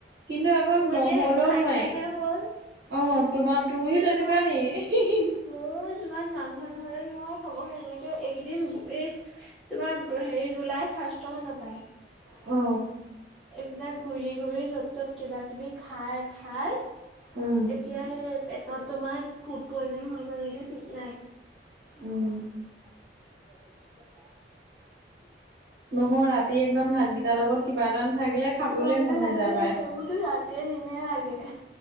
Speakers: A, on the right; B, in the centre.
A: কিন্তু আকৌ
B: মোৰ
A: নহলেও
B: এতিয়া সেইবোৰ খাই
A: নোৱাৰি
B: খাইহে হ'ল
A: অ তোমাৰ
B: নহ'লেতো
A: তুমিও তেনেকুৱানি
B: নোৱাৰি
A: হি হি
B: মোৰ যিমান মাংস নহ'লে যে মই খাবয় এনেকে এইকেইদিন এ তোমাৰ হেৰি জুলাই ফাৰ্ষ্ট মানৰ পায়
A: অ
B: এইবিলাক ঘূৰি ঘুৰি য'ত ত'ত কিবা কিবি খাই খাই
A: উম
B: এতিয়া এ পেটত তোমাৰ ফুড পয়জন হৈ গ'ল নেকি ঠিক নাই
A: উম
B: <unintelligible> <unintelligible>
A: নহয় ৰাতি একদম ভাতকেইটাৰ লগত কিবা এটা নাথাকিলে খাবলৈ
B: কিবাৰলে
A: মন
B: লাগে
A: নাযায় পায়।
B: উোৰতো ৰাতি দিনে লাগে